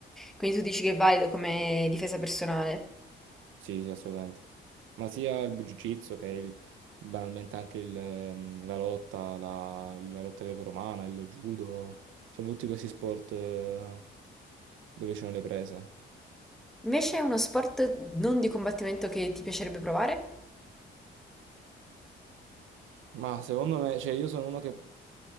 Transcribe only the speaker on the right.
Sì, sì, assolutamente. Ma sia il Jiu-Jitsu che il- banalmente anche il, ehm, la lotta, la, la lotta greco-romana, il judo, diciamo tutti questi sport eh, dove ci sono le prese.
Ma secondo me, cioè io sono uno che,